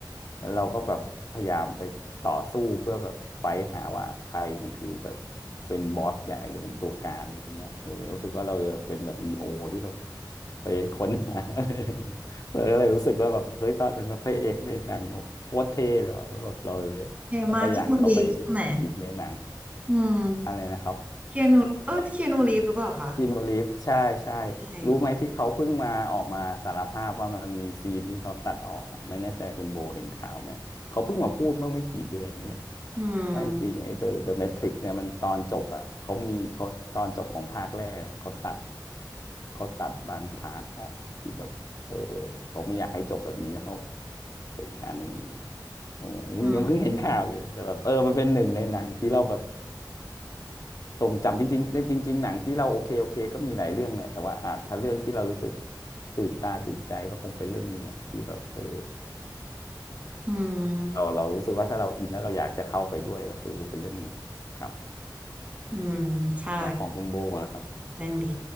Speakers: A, on the left; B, on the right.
A: แล้วเราก็แบบพยายามไปต่อสู้เพื่อแบบไปหาว่าใครมันคือแบบเป็นบอสใหญ่หรือเป็นตัวการอะไรเงี้ยเออรู้สึกว่าเราจะเป็นแบบนีโอที่แบบไปค้นหา <laughs> อะไรอย่างเงี้ยเราก็เลยรู้สึกว่าแบบเฮ้ยตอนนั้นแบบพระเอกในหนังโคตรเท่เลยว่ะแล้วแบบเรา
B: เอมาเคียนูรีฟใช่ไหม
A: เราก็อยากเข้าไปอินในหนัง
B: อืม
A: อะไรนะครับ
B: เคียนูเออเคียนูรีฟหรือเปล่าคะ
A: คีนูรีฟใช่ใช่
B: ใช่
A: รู้ไหมที่เขาเพิ่งมาออกมาสารภาพว่ามันมีซีนที่เขาตัดออกอ่ะไม่แน่ใจคุณโบเห็นข่าวไหมเขาเพิ่งมาพูดเมื่อไม่กี่เดือนนี่แหละ
B: อืม
A: ว่าจริงๆไอ้ตัว The Matrix เนี่ยมันตอนจบอ่ะเขามีเขาตอนจบของภาคแรกอะเขาตัดเขาตัดบางพาร์ทออกที่แบบเออเขาไม่อยากให้จบแบบนี้แล้วเขาไปอีกอันหนึ่งอะไรอย่างงี้เออเพิ่งยังเพิ่งเห็นข่าวอยู่เลยแต่แบบเออมันเป็นหนึ่งในหนังที่เราแบบ
B: อืม
A: ตรงจำจริงๆจริงจริงๆหนังที่เราโอเคโอเคก็มีหลายเรื่องแหละแต่ว่าอ่ะถ้าเรื่องที่เรารู้สึกตื่นตาตื่นใจก็คงเป็นเรื่องเนี้ยที่แบบเออ
B: อืม
A: เราเรารู้สึกว่าถ้าเราอินแล้วเราอยากจะเข้าไปด้วยก็คือเป็นเรื่องเนี้ยครับ
B: อืมใช่
A: แล้วของคุณโบล่ะครับ
B: เล่นดี